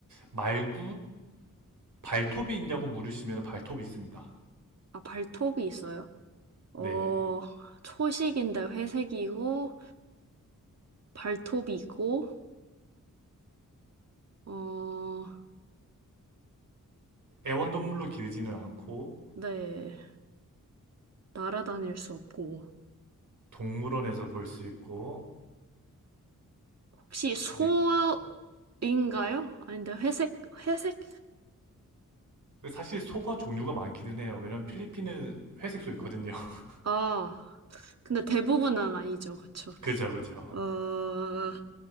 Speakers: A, on the right (about 70°); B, on the right (about 55°).
A: 말굽? 발톱이 있냐고 물으시면 발톱이 있습니다.
B: 아, 발톱이 있어요. 어,
A: 네.
B: 초식인데 회색이고, 발톱이고, 어,
A: 애완동물로 기르지는 않고,
B: 네. 날아다닐 수 없고.
A: 동물원에서 볼 수 있고,
B: 혹시 소인가요?
A: 그리고,
B: 아닌데 회색 회색?
A: 사실 소가 종류가 많기는 해요. 왜냐면 필리핀은 회색 소 있거든요. <laughs>
B: 아 근데 대부분은 아니죠, 그쵸?
A: 그죠, 그죠.
B: 어